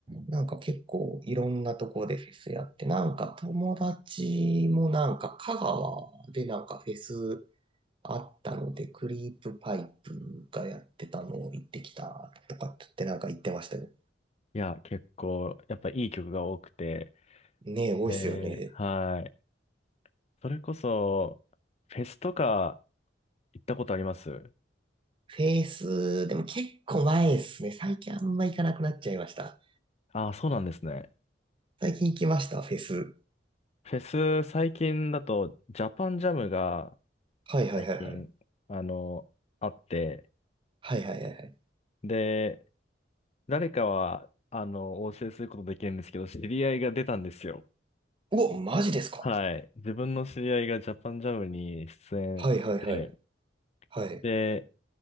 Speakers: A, on the right; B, on the left.
A: なんか結構いろんなとこでフェスやって、なんか友達もなんか香川でなんかフェスあったので、クリープパイプがやってたのを行ってきたとかって言ってなんか言ってましたよ。
B: いや、結構、やっぱいい曲が多くて、
A: ねえ、多いっすよね。
B: えー、はい。それこそ、フェスとか行ったことあります
A: フェイス、でも結構前ですね。最近あんま行かなくなっちゃいました。
B: ああー、そうなんですね。
A: 最近行きました、フェス。
B: フェス最近だと、ジャパンジャムが
A: はいはいはいはい。
B: 最近、あの、あって、
A: はいはいはいはい。
B: で、誰かは、あの、お教えすることできるんですけど、知り合いが出たんですよ。
A: うお、マジですか
B: はい。自分の知り合いがジャパンジャムに出演して、
A: はいはいはい。はい。
B: で、